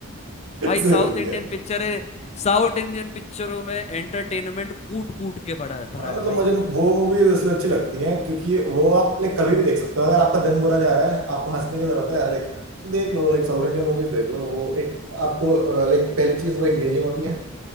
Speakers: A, on the left; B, on the right.
A: भाई
B: जरूरी
A: साउथ इंडियन
B: है
A: पिक्चर है साउथ इंडियन पिक्चरों में एंटरटेनमेंट कूट कूट के भरा है भरा
B: हाँ,
A: है
B: मतलब
A: भाई
B: मुझे वो मूवीज इसलिए अच्छी लगती हैं क्योंकि वो आप लाइक कभी भी देख सकते हो अगर आपका दिन बुरा जा रहा है आपको हंसने की जरूरत है यार लाइक देख लो लाइक साउथ इंडियन मूवीज देख लो वो एक आपको लाइक पहली चीज वो एंगेजिंग होती है